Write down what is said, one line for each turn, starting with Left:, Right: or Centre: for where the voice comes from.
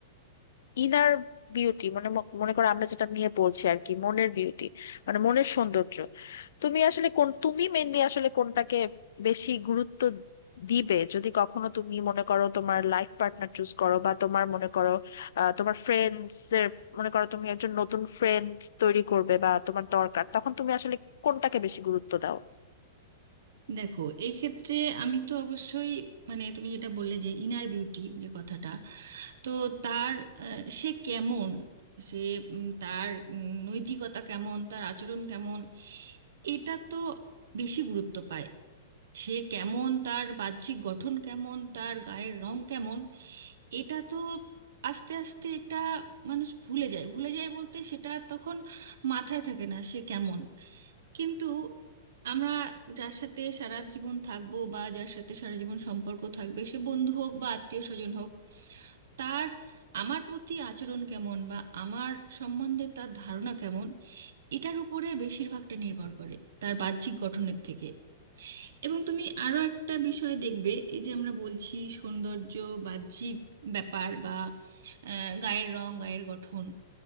Left: ইনার বিউটি মানে ম- মনে করো আমরা যেটা নিয়ে বলছি আর কি মনের বিউটি মানে মনের সৌন্দর্য তুমি আসলে কোন তুমি মেনলি আসলে কোনটাকে বেশি গুরুত্ব দিবে যদি কখনো তুমি মনে করো তোমার লাইফ পার্টনার চুজ করো বা তোমার মনে করো আহ, তোমার ফ্রেন্ডস এর মনে করো তুমি একজন নতুন ফ্রেন্ড তৈরি করবে বা তোমার দরকার তখন তুমি আসলে কোনটাকে বেশি গুরুত্ব দাও
Right: দেখো এই ক্ষেত্রে আমি তো অবশ্যই মানে তুমি যেটা বললে যে ইনার বিউটি যে কথাটা তো তার আহ, সে কেমন সে উম, তার উম, নৈতিকতা কেমন তার আচরণ কেমন এটা তো বেশি গুরুত্ব পায় সে কেমন তার বাহ্যিক গঠন কেমন তার গায়ের রং কেমন এটা তো আস্তে আস্তে এটা মানুষ ভুলে যায় ভুলে যায় বলতে সেটা তখন মাথায় থাকে না সে কেমন কিন্তু আমরা যার সাথে সারা জীবন থাকবো বা যার সাথে সারা জীবন সম্পর্ক থাকবে সে বন্ধু হোক বা আত্মীয় স্বজন হোক তার আমার প্রতি আচরণ কেমন বা আমার সম্বন্ধে তার ধারণা কেমন এটার উপরে বেশিরভাগটা নির্ভর করে তার বাহ্যিক গঠনের থেকে এবং তুমি আরো একটা বিষয় দেখবে এই যে আমরা বলছি সৌন্দর্য বাহ্যিক ব্যাপার বা আহ, গায়ের রং গায়ের গঠন